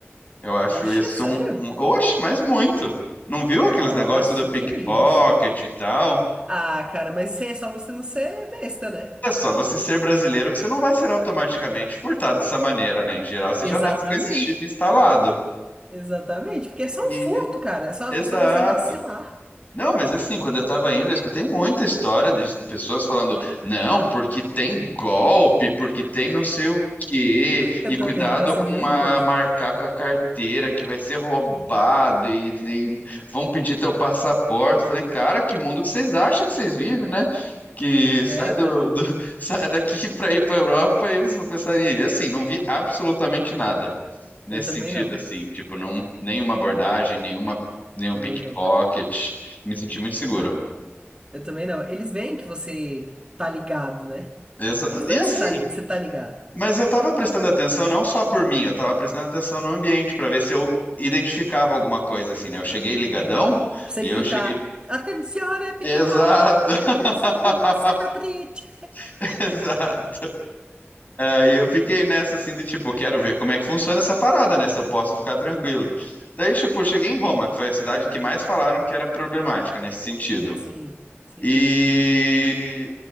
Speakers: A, on the left; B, on the right.
A: Eu acho
B: Oxe,
A: isso
B: sério?
A: um, um... Oxe, mas muito. Não viu aqueles
B: Nossa,
A: negócios do pickpocket
B: que isso.
A: e tal?
B: Ah, cara, mas isso aí é só você não ser besta, né?
A: É só você ser brasileiro que você não vai ser automaticamente furtado dessa maneira, né? Em geral, você
B: Exatamente.
A: já nasce com esse chip instalado.
B: Exatamente, porque é só
A: E...
B: um furto, cara. É só,
A: Exato.
B: é só você vacilar.
A: Não, mas assim, quando eu tava indo, eu escutei muita história de pessoas falando, não, porque tem golpe, porque tem não sei o quê,
B: Eu
A: e cuidado
B: também passei
A: com
B: a mesma
A: a
B: coisa,
A: marcar com a carteira que vai ser roubado e, e vão pedir teu passaporte. Falei, cara, que mundo que vocês acham que vocês vivem, né? Que
B: né,
A: sai do,
B: cara?
A: do- <laughs> sai daqui para ir para Europa e vocês vão pensar, e assim, não vi absolutamente nada nesse
B: Eu também
A: sentido,
B: não.
A: assim, tipo, não, nenhuma abordagem, nenhuma, nenhum
B: Também
A: pickpocket.
B: não.
A: Me senti muito seguro.
B: Eu também não. Eles veem que você tá ligado, né?
A: Exa-
B: Eles
A: E
B: veem
A: assim,
B: que você tá, li- que você tá ligado.
A: mas eu tava prestando atenção não só por mim, eu tava prestando atenção no ambiente pra ver se eu identificava alguma coisa, assim, né? Eu cheguei ligadão
B: Uhum. Pra Você
A: e eu
B: gritar,
A: cheguei.
B: attenzione pickpocket,
A: Exato! <laughs>
B: attenzione triste
A: Exato. Aí eu fiquei nessa assim de tipo, quero ver como é que funciona essa parada, né? Se eu posso ficar tranquilo.
B: Sim,
A: Daí, tipo, eu cheguei em Roma, que foi a cidade que mais falaram que era problemática nesse sentido.
B: sim, sim,
A: E